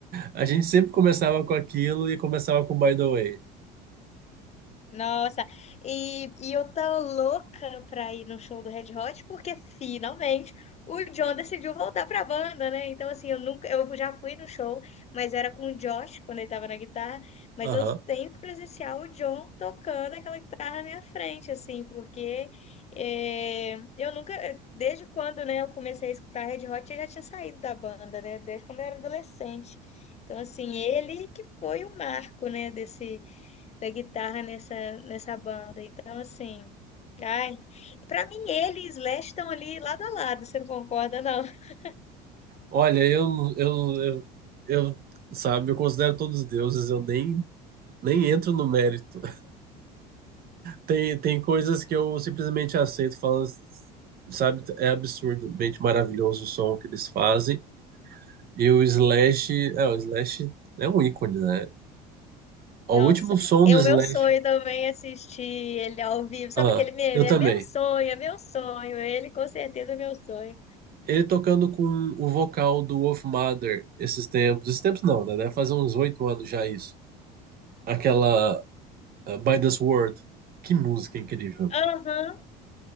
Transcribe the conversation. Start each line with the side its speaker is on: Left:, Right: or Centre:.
Right: A gente sempre começava com aquilo e começava com By the Way.
Left: Nossa, e, e eu tô louca pra ir no show do Red Hot, porque finalmente o John decidiu voltar pra banda, né? Então, assim, eu nunca, eu já fui no show, mas era com o Josh quando ele tava na guitarra, mas
Right: Aham.
Left: eu tenho que presenciar o John tocando aquela guitarra na minha frente, assim, porque eh, eu nunca, desde quando, né, eu comecei a escutar Red Hot, eu já tinha saído da banda, né? Desde quando eu era adolescente. Então, assim, ele que foi o marco, né, desse da guitarra nessa, nessa banda. Então, assim, ai, para mim ele e Slash estão ali lado a lado, você não concorda, não? <laughs>
Right: Olha, eu, eu, eu, eu, sabe, eu considero todos deuses, eu nem, nem entro no mérito. Tem, tem coisas que eu simplesmente aceito, falando, sabe, é absurdamente maravilhoso o som que eles fazem. E o Slash, é, o Slash é um ícone, né? O
Left: Nossa,
Right: último som
Left: é
Right: do Slash,
Left: o meu sonho também assistir ele ao vivo. Sabe
Right: ah,
Left: aquele meme?
Right: eu também.
Left: É meu sonho, é meu sonho. Ele com certeza é meu sonho.
Right: Ele tocando com o vocal do Wolf Mother esses tempos, esses tempos não, né? Deve fazer uns oito anos já isso. Aquela ah, By the Sword que música incrível.
Left: Aham,